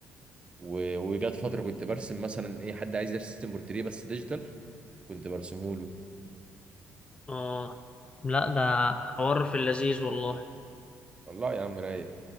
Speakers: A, on the right (about 20°); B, on the left (about 20°).
A: و- وجات فترة كنت برسم مثلا ايه حد عايز يرسم بورتريه بس ديجيتال كنت برسمه له
B: اه لا ده حوار في اللذيذ والله
A: والله يا عم رايق